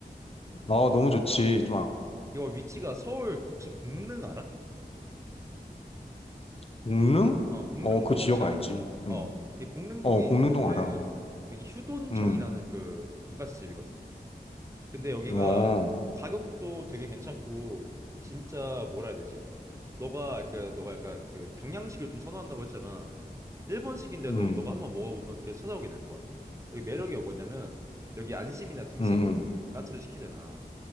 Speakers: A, on the left; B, on the right.
A: 아, 너무 좋지.
B: 음.
A: 좀, 아-
B: 이거 위치가 서울 혹시 공릉 알아?
A: 공릉?
B: 어, 공릉동
A: 어, 그 지역
B: 혹시 알아?
A: 알지.
B: 어,
A: 음.
B: 이 공릉동에
A: 어, 공릉동
B: 있는 건데
A: 알아.
B: 여기 휴돈정이라는
A: 음.
B: 그 돈까스 집이거든. 근데 여기가
A: 어,
B: 가격도 되게 괜찮고 진짜 뭐라 해야 되지? 너가 그 너가 약간 그 경양식을 좀 선호한다고 했잖아. 일본식인데도
A: 음,
B: 너가 한번 먹어보면 계속 찾아오게 될 거야. 여기 매력이 뭐냐면 여기 안심이나 등심
A: 음,
B: 까츠를 시키잖아.